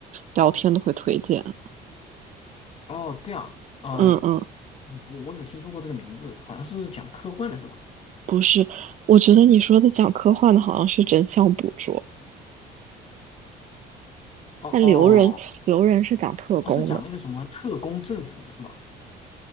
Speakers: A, on the right; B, on the left.
A: 聊天都会推荐。
B: 哦，这样啊，
A: 嗯嗯，
B: 呃，我我有听说过这个名字，好像是讲科幻的是吧？
A: 不是，我觉得你说的讲科幻的好像是真相捕捉，
B: 哦哦，
A: 但《留人》《留人》是讲特工的。
B: 哦，是讲那个什么特工政府的是吧？